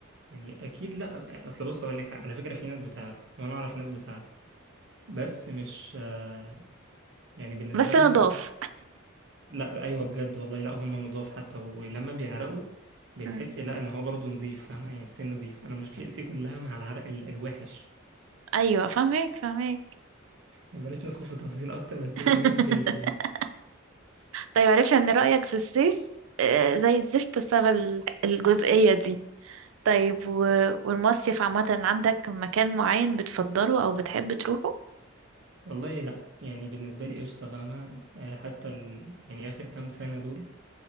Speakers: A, on the right (about 60°); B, on the right (about 75°).
A: يعني اكيد لا اصل بص اقول لك حاجة، على فكرة في ناس بتعرف وانا اعرف ناس بتعرف بس مش آه، يعني بالنسبة
B: بس
A: لهم
B: نضاف
A: لا ايوه بجد والله لا هم نضاف حتى ولما بيعرقوا بتحسي
B: <laughs> مم.
A: لا ان هو برضو نضيف فاهمة يعني السن نضيف انا مشكلتي كلها مع العرق ال- الوحش
B: أيوة فاهمك فاهمك
A: يعني بلاش ندخل في تفاصيل اكتر بس
B: <laughs>
A: هي دي مشكلتي يعني
B: طيب عرفنا إن رأيك في الصيف آه، زي الزفت بسبب ال- الجزئية دي طيب و... والمصيف عامة عندك مكان معين بتفضله أو بتحب تروحه؟
A: والله لا يعني بالنسبة لي قشطة فاهمة آه، حتى ال... يعني اخر كام سنة دول